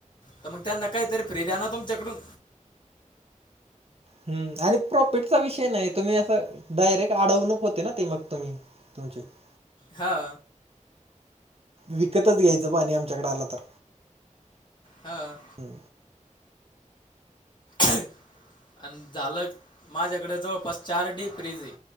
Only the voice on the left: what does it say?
तर मग त्यांना काहीतर फ्रि द्या ना तुमच्याकडून.
हा.
ह..
आणि झालं माझ्याकडे जवळपास चार डीप फ्रीज ये.